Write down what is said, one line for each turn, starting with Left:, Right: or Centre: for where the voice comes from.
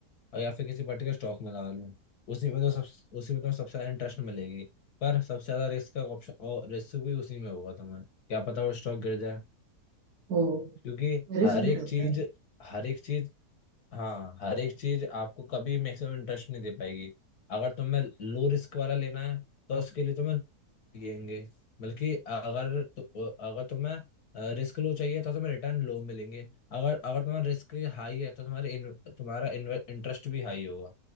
Left: और या फिर किसी पर्टिकुलर स्टॉक में लगा लो उसी में तो सब उसी में तो सबसे ज्यादा इंटरेस्ट मिलेगी पर सबसे ज्यादा रिस्क का ऑप्शन और रिस्क भी उसी में होगा तुम्हें क्या पता वो स्टॉक गिर जाए
Right: वो
Left: क्योंकि
Right: रिस्क
Left: हर
Right: भी
Left: एक
Right: रहता
Left: चीज
Right: है
Left: हर एक चीज हाँ हर एक चीज आपको कभी मैक्सिमम इंटरेस्ट नहीं दे पाएगी अगर तुम्हें लो रिस्क वाला लेना है तो उसके लिए तुम्हें मिलेंगे बल्कि अगर तो अगर तुम्हें रिस्क लो चाहिए तो तुम्हें रिटर्न लो मिलेंगे अगर अगर तुम्हारा रिस्क हाई है तो तुम्हारे इन, तुम्हारा इंटरेस्ट भी हाई होगा